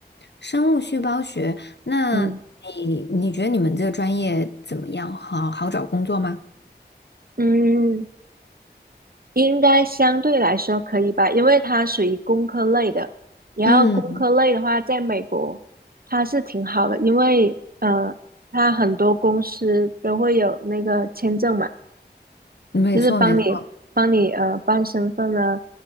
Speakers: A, on the left; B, on the right.
A: 生物细胞学。那你你觉得你们这个专业怎么样？
B: 嗯
A: 好好找工作吗？
B: 嗯，应该相对来说可以吧，因为它属于工科类的。然后工科类的话，
A: 嗯，
B: 在美国它是挺好的，因为呃，它很多公司都会有那个签证嘛，
A: 没错没错。
B: 就是帮你帮你呃办身份啊，